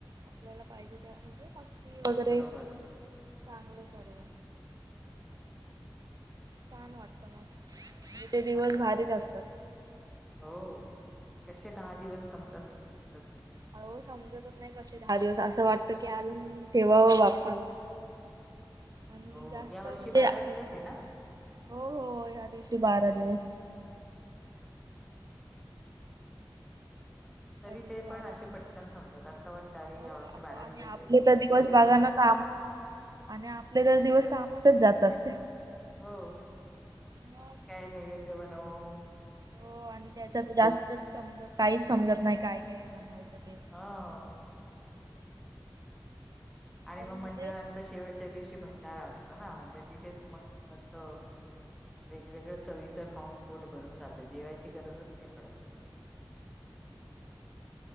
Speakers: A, on the right (about 50°); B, in the centre.
A: आपल्याला पाहिजे ते म्हणजे मस्ती वगैरे
B: बरोबर
A: चांगलं सर्व छान वाटत म
B: त्याच्यामुळे मग
A: तेे
B: छान
A: दिवस
B: वाटत
A: भारीच असतात
B: हो कसे दहा दिवस संमतात समजत नाही
A: हो समजतच नाही कसे दहा दिवस असं वाटत की अजून ठेवावं बाप्पाला आणि
B: हो
A: जास्त
B: या
A: म्हणजे
B: वर्षी बारा दिवस आहे ना
A: हो हो ह्या दिवशी बारा दिवस
B: तरी
A: का दिव
B: ते
A: बारा
B: पण
A: दिवस
B: असे पटकन संपतात आत्ता वाटत अरे
A: हो
B: या वर्षी बारा
A: आणि
B: दिवस
A: आपले
B: आहेत
A: तर
B: पण
A: दिवस
B: ते कसे
A: बघा
B: संपतात
A: ना काम आणि आपले तर दिवस कामातच जातात
B: हो
A: मग
B: आज काय नैवेद्य बनव
A: हो आणि त्याच्या तर जास्तच समज काहीच समजत नाही काय काय बनवायचं ते.
B: हा आणि
A: पण
B: मग
A: म्हणजे
B: मंडळांचा शेवटच्या दिवशी भंडारा असतो ना म्हणजे तिथेच मग मस्त वेगवेगळं चवीचं खाऊन पोट भरून जातं जेवायची गरजच नाही पडत